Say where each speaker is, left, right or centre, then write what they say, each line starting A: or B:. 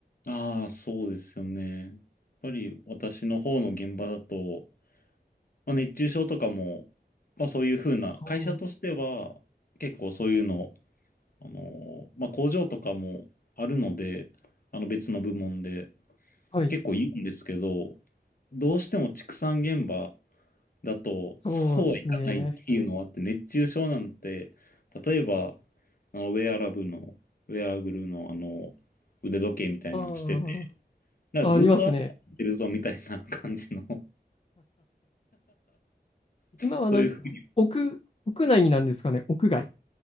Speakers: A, on the left (about 55°); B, on the left (about 35°).
A: ああ、そうですよね。やっぱり私の方の現場だと、まあ、熱中症とかも、まあそういうふうな、
B: そう、
A: 会社としては結構そういうの、あの、まあ工場とかもあるので、あの別の部門で
B: はい、
A: 結構言うんですけど、どうしても畜産現場だと、
B: そうですね。
A: そうはいかないっていうのはあって、熱中症なんて、例えば、あの、ウェアラブルの、ウェアラブルの、あの、腕時計みたいなのしてて、
B: あ
A: だからずっと歩いてるぞみたいな感じの、
B: あ、ありますね。今はなん屋屋内になんですかね、
A: そういうふうに、
B: 屋外。